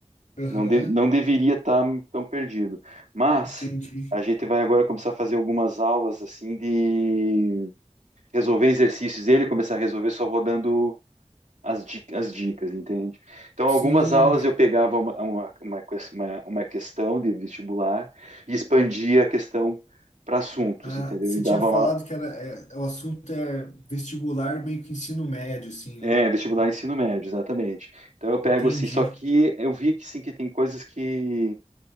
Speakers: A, on the left (about 85°); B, on the right (about 85°).
A: Aham,
B: Não, de- não deveria estar tão perdido. Mas
A: entendi.
B: a gente vai agora começar a fazer algumas aulas, assim, de resolver exercícios dele, começar a resolver só rodando as dicas, as dicas, entende? Então,
A: Sim,
B: algumas aulas
A: cara.
B: eu pegava uma, uma, uma, ques- uma- uma questão de vestibular e expandia a questão para assuntos,
A: Ah,
B: entendeu?
A: você
B: E dava
A: tinha falado
B: uma.
A: que era, é, o assunto é vestibular, meio que ensino médio, assim, né?
B: É, vestibular ensino médio, exatamente. Então eu pego
A: Entendi.
B: assim, só que eu vi que sim que tem coisas que.